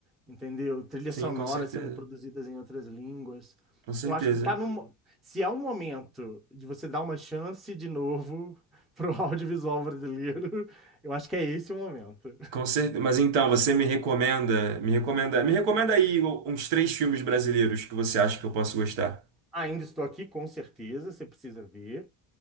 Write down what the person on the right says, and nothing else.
Sim,
com certeza.
Com certeza.
Com certeza. Mas então, você me recomenda, me recomenda, me recomenda aí uns três filmes brasileiros que você acha que eu posso gostar.